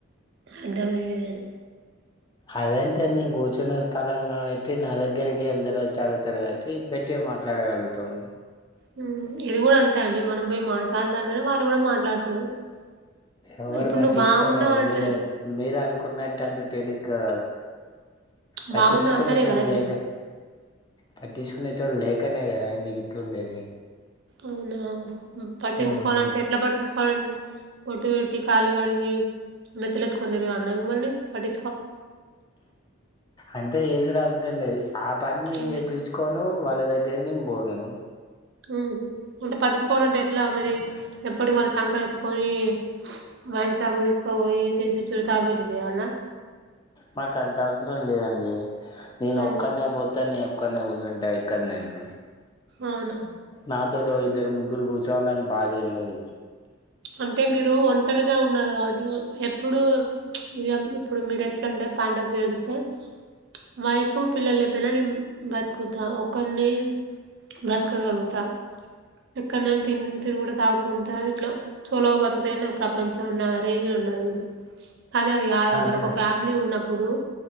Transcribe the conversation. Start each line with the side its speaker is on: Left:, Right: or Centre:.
Right: అర్థమయ్యేదని
Left: అదేంటే నేను కూర్చున్న స్థలం లో అయితే నా దగ్గరికి అందరు వచ్చి అడుగుతారు కావట్టి పెట్టం మాట్లాడగలుగుతాం
Right: హ్మ్. ఇది కూడా అంతే అండి మనం పోయి మాట్లాడతంటనే వాళ్ళు కూడా మాట్లాడతారు
Left: ఎవరు
Right: ఇప్పుడు
Left: పట్టించుకోరాండి
Right: నువ్వు బాగున్నావు అంటేనే
Left: మీరు మీరు అనుకున్న ట అంత తెలిగ్గా పట్టించుకునేటోళ్లు
Right: బాగున్నా అంటేనే గదండి
Left: లేరు పట్టించుకుంటోళ్ళు లేకనే గదండి ఇట్లు ఉండేది
Right: అవునా పట్టించుకోవాలంటే
Left: ఉమ్
Right: ఎట్లా పట్టించుకోవాలండి బొట్టు పెట్టి కాలు కడిగి నేతిలెత్తుకొని తిరగాల్న మిమ్మల్ని పట్టి
Left: అంటే ఏజులో అవసరం లేదు ఆ పని నేను
Right: హ్మ్.
Left: జేప్పించుకోను వాళ్ళ దగ్గర్ నీన్ బోను
Right: ఊహు అంటే పట్టిచ్కోవాలంటే ఎట్లా మరి ఎప్పటిక్ వాళ్ళ సంకన ఎత్తుకొనీ వైన్ షాప్ తీసు పోయి తినిపిచుడు తాపీచుడు చేయాల్నా
Left: మాకు అంత అవసరం లేదండి నేను
Right: ఆ!
Left: ఒక్కనే పోత నేను ఒక్కనే ఊజున్ టా ఇక్కడ్ నేను
Right: అవునా?
Left: నాతోడు ఇద్దరు ముగ్గురు కూచొవలన్ బాధేం లేదు
Right: అంటే మీరు ఒంటరిగా ఉన్నారు గాబట్టి ఎప్పుడూ ఈ యమ్ ఇప్పుడు మీరు ఎట్లంటే <unintelligible> వైఫ్ పిల్లల్ లేపేనా నీన్ బతుకుతా ఒక్కన్నీ బ్రతకగలుగుతా ఎక్కడ్ నేన్ తిండ్ తిరుగుడ తాగ్కుంటా ఇట్లా సోలోగా బతుకుతేనే ప్రపంచమన్న రేంజ్ లో ఉన్నారు మీరు కానీ అది గాదండి
Left: అట్లా
Right: ఒక ఫ్యామ్లీ ఉన్నప్పుడు